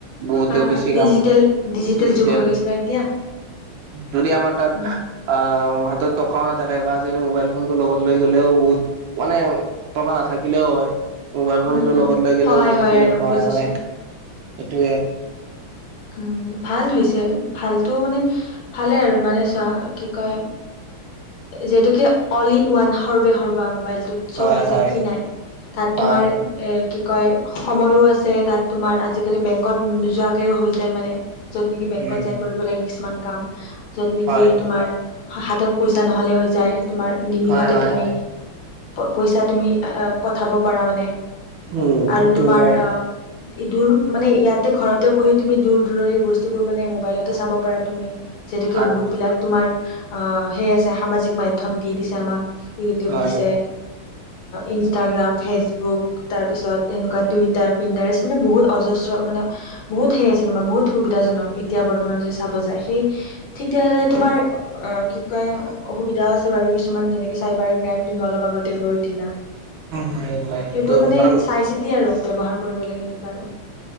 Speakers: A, on the right (about 70°); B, on the left (about 70°).
A: বহুতে
B: হয়
A: বেছি
B: হয়
A: কাম
B: ডিজিটেল
A: ডিজিটেল
B: যুগ হৈ গৈছে ন এতিয়া
A: যদি আমাৰ তাত
B: উম,
A: আহ হাতত টকাও নাথাকে বা আজিকালি মোবাইল ফোনটো লগত লৈ গ'লেও বহুত মানে টকা নাথাকিলেও হয়। মোবাইল ফোনটো
B: উম, উম,
A: লগত লৈ গলেও
B: সহায়
A: বহুত
B: হয়
A: খিনি
B: আৰু
A: সহায়
B: বুজিছো।
A: হয় সেইটোৱে।
B: উম, ভাল হৈছে ভালতটো মানে ভালে আৰু মানে চোৱা কি কয়। যিহেতু অল ইন ওৱান হৰ্বে সৰ্বা মোবাইল। চব
A: হয়,
B: আছে
A: হয়।
B: কি নাই তাত
A: হয়,
B: তোমাৰ এ কি কয় সময়ো আছে তাত তোমাৰ আজিকালি বেংকত নোযোৱাকেও হৈ যায় মানে। যত নেকি বেংকত
A: উম,
B: যাই কৰিব লাগে কিছুমান কাম যত নেকি
A: হয়,
B: তোমাৰ হাতত পইচা নহলে হৈ যায়। তোমাৰ নিমিষতে
A: হয়, হয়,
B: তুমি
A: হয়,
B: পইচা তুমি আহ পঠাব পাৰা মানে
A: উম,
B: আৰু
A: সেইটো
B: তোমাৰ
A: হয়।
B: আহ দূৰ মানে ইয়াতে ঘৰতে বহি তুমি দূৰ দূৰণিৰ বস্তুবোৰ মানে মোবাইলতে চাব পা তুমি যিহেতুকে
A: হয়,
B: বহুত বিলাক তুমাৰ সেই আছে সামাজিক মাধ্যম দি দিছে আমাক ইউটিউব
A: হয়,
B: দিছে। ইনষ্টাগ্ৰাম, ফেচবুক তাৰপিছত এনেকুৱা টুইটাৰ প্ৰিণ্টাৰচে বহুত অজস্ৰ মানে বহুত ঠাই আছে তোমাৰ বহুত সুবিধাাজনক এতিয়া বৰ্তমান যদি চাব যায়। সেই ঠিক তেনেদৰে তোমাৰ অ' কি কয় অসুবিধাও আছে বাৰু। কিছুমান যেনেকে চাইবাৰ ক্ৰাইম তুমি অলপ আগতে গৈ উঠিলা।
A: হয়, হয়,
B: সেইবোৰ
A: সেইটো
B: মানে
A: কাৰণ
B: চাই চিতি আৰু ব্যৱহাৰ কৰিব লাগে। এনেকুৱা আৰু